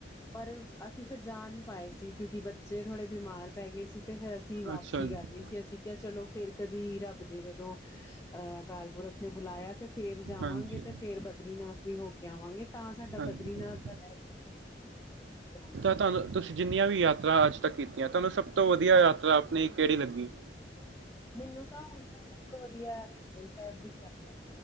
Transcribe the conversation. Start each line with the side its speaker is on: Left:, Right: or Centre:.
Left: ਪਰ ਅਸੀਂ ਫਿਰ ਜਾ ਨੀ ਪਾਏ ਸੀ। ਕਿਉਂਕਿ ਬੱਚੇ ਥੋੜੇ ਬਿਮਾਰ ਪੈ ਗਏ ਸੀ ਤੇ ਫਿਰ ਅਸੀਂ ਵਾਪਸੀ
Right: ਅੱਛਾ ਜੀ
Left: ਕਰ ਲਈ ਸੀ। ਅਸੀਂ ਕਿਹਾ ਚਲੋ ਫੇਰ ਕਦੀ ਰੱਬ ਨੇ ਜਦੋਂ ਅਹ ਅਕਾਲ ਪੁਰਖ ਨੇ ਬੁਲਾਇਆ ਤੇ ਫ ਫੇਰ ਜਾਵਾਂਗੇ
Right: ਹਾਂਜੀ
Left: ਤੇ ਫੇਰ ਬਦਰੀਨਾਥ ਵੀ ਹੋ ਕੇ ਕੇ ਆਵਾਂਗੇ ਤਾਂ ਸਾਡਾ
Right: ਹਾਂਜੀ
Left: ਬਦਰੀਨਾਥ ਦਾ ਰਹਿ ਗਿਆ ਸੀ ਜਾਣਾ।
Right: ਤੈਨੂੰ ਤੁਸੀ ਜਿੰਨੀਆਂ ਵੀ ਯਾਤਰਾ ਅੱਜ ਤੱਕ ਕੀਤੀਆਂ, ਤੁਹਾਨੂੰ ਸਭ ਤੋਂ ਵਧੀਆ ਯਾਤਰਾ ਆਪਨੀ ਕਿਹੜੀ ਲੱਗੀ?
Left: ਮੈਨੂੰ ਤਾਂ ਹੁਨ ਤਾਂ ਸਭ ਤੋਂ ਵਧੀਆ ਐ ਹੇਮਕੁੰਟ ਸਾਹਿਬ ਦੀ ਯਾਤਰਾ।